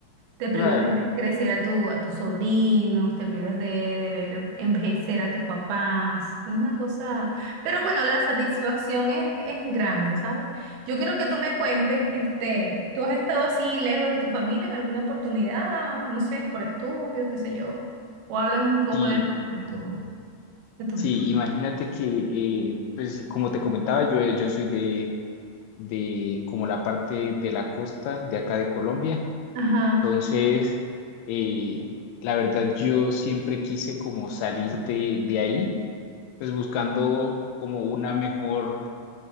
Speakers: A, on the right (about 90°); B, on the left (about 80°).
A: Te privas
B: Claro,
A: de ver crecer a tu, a tus sobrinos, te privas de, de ver envejecer a tus papás, es una cosa. Pero bueno, la satisfacción es, es grande, ¿sabes? Yo quiero que tú me cuentes, este, ¿tú has estado así lejos de tu familia en alguna oportunidad? No sé, por estudios, qué sé yo. O habla un poco
B: sí,
A: de tu, de tu, de tus
B: sí,
A: estudios.
B: imagínate que, eh, pues como te comentaba, yo, yo soy de, de como la parte de la costa de acá de Colombia.
A: Ajá.
B: Entonces, eh, la verdad yo siempre quise como salir de, de ahí, pues buscando como una mejor